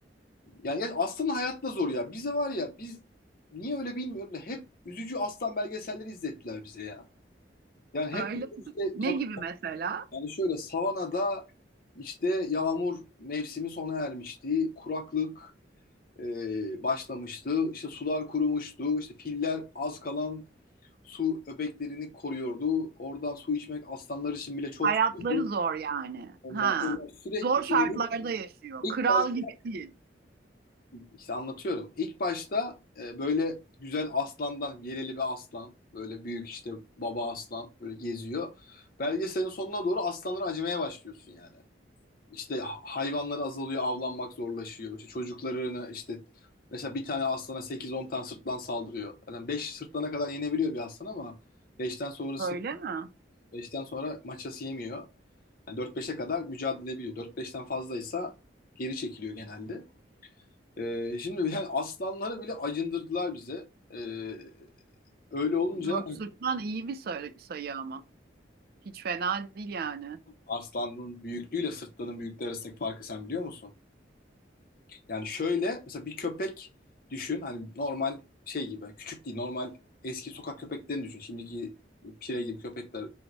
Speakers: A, on the left (about 50°); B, on the right (about 55°).
A: Yani ya aslan hayat da zor ya. Bize var ya biz niye öyle bilmiyorum da hep üzücü aslan belgeselleri izlettiler bize ya. Yani hep
B: Öyle mi?
A: işte
B: Ne
A: tabii
B: gibi mesela?
A: yani şöyle savanada işte yağmur mevsimi sona ermişti. Kuraklık e, başlamıştı. İşte sular kurumuştu. İşte filler az kalan su öbeklerini koruyordu. Oradan su içmek aslanlar için bile çok
B: Hayatları
A: zordu.
B: zor yani.
A: Onlar
B: Ha.
A: da sürekli
B: Zor şartlarda
A: böyle
B: yaşıyor.
A: ilk
B: Kral
A: baş-
B: gibi değil.
A: İşte anlatıyorum. İlk başta e, böyle güzel aslandan, yeleli bir aslan, böyle büyük işte baba aslan böyle geziyor. Belgeselin sonuna doğru aslanları acımaya başlıyorsun yani. İşte hayvanlar azalıyor, avlanmak zorlaşıyor. İşte çocuklarını işte mesela bir tane aslana sekiz on tane sırtlan saldırıyor. Yani 5 sırtlana kadar yenebiliyor bir aslan ama beşten sonrası
B: Öyle mi?
A: beşten sonra maçası yemiyor. Yani 4-5'e kadar mücadele ediyor. Dört beşten fazlaysa geri çekiliyor genelde. Ee, şimdi <laughs> yani aslanları bile acındırdılar bize. Ee, öyle olunca
B: Dört sırtlan iyi bir sayı, sayı ama. Hiç fena değil yani.
A: aslanın büyüklüğüyle sırtlanın büyüklüğü arasındaki farkı sen biliyor musun? Yani şöyle mesela bir köpek düşün hani normal şey gibi yani küçük değil normal eski sokak köpeklerini düşün. Şimdiki pire gibi köpekler